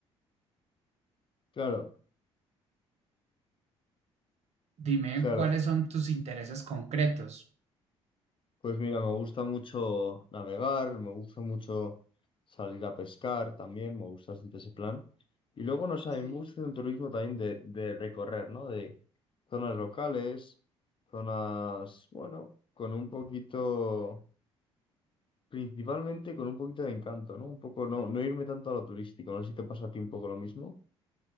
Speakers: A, on the left; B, on the right.
A: claro.
B: Dime
A: Claro,
B: cuáles son tus intereses concretos.
A: Pues mira, me gusta mucho navegar, me gusta mucho salir a pescar también, me gusta bastante ese plan. Y luego, no sé,
B: Sí.
A: a mí me gusta un turismo también de, de recorrer, ¿no? De zonas locales, zonas, bueno, con un poquito, principalmente con un poquito de encanto, ¿no? Un poco, no, no irme tanto a lo turístico, no sé si te pasa a ti un poco lo mismo.